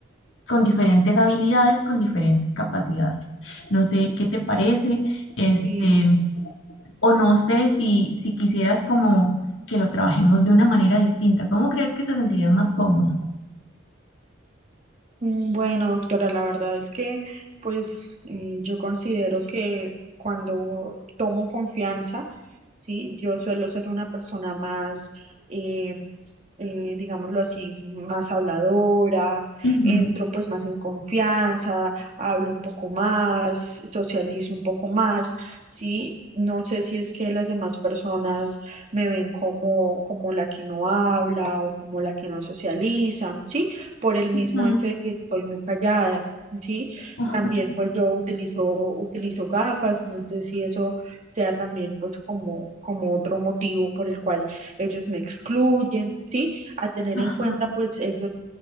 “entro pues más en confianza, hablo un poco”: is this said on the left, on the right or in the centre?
Right